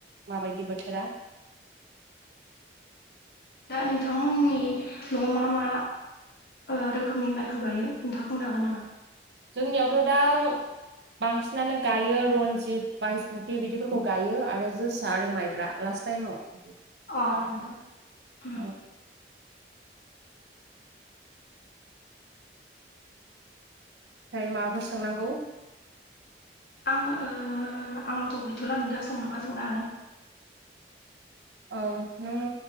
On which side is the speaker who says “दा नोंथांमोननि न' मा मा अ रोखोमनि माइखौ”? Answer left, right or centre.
Left